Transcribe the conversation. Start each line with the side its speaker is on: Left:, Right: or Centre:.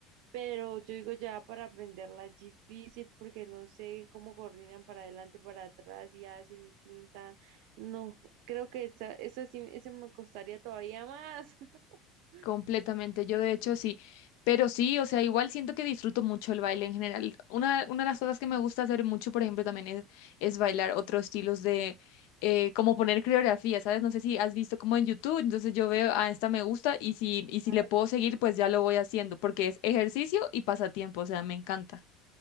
Right: pero yo digo ya para aprenderla es difícil porque no sé cómo coordinan para adelante, para atrás y hacen y tintan, no, creo que esa, esa sí, ese me costaría todavía más. <laughs>
Left: Completamente, yo de hecho sí, pero sí, o sea, igual siento que disfruto mucho el baile en general. Una, una de las cosas que me gusta hacer mucho, por ejemplo, también es, es bailar otros estilos de, eh, como poner coreografía, ¿sabes? No sé si has visto como en YouTube, entonces yo veo, ah, esta me gusta y si, y si
Right: Ah,
Left: le puedo
Right: sí.
Left: seguir, pues ya lo voy haciendo, porque es ejercicio y pasatiempo, o sea, me encanta.